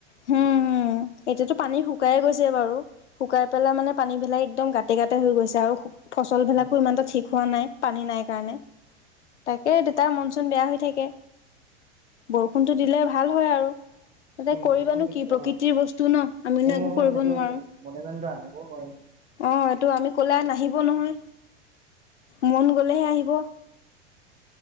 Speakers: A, on the left; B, on the right.
A: হম, উম, এতিয়াতো পানী শুকায়ে গৈছে বাৰু। শুকাই পেলাই মানে পানীবিলাই একদম গাতে গাটতে হৈ গৈছে আৰু ফচলবিলাকো
B: উম
A: ইমানতে ঠিক হোৱা নাই। পানী নাই কাৰণে, তাকে দেউতাৰ মন-চুন বেয়া হৈ থাকে। বৰষুণতটো দিলে ভাল হয় আৰু। তাতে
B: উম,
A: কৰিবানো
B: বৰষুণ দি
A: কি
B: দিলে
A: প্ৰকৃতিৰ
B: ভাল হয়,
A: বস্তু ন আমিনো
B: উম,
A: একো কৰিব
B: সেইটো
A: নোৱাৰো।
B: মনে জানি এতিয়া আনিবও নোৱাৰি।
A: অ', এইটো আমি ক'লে নাহিব নহয়, মন গ'লে হে আহিব।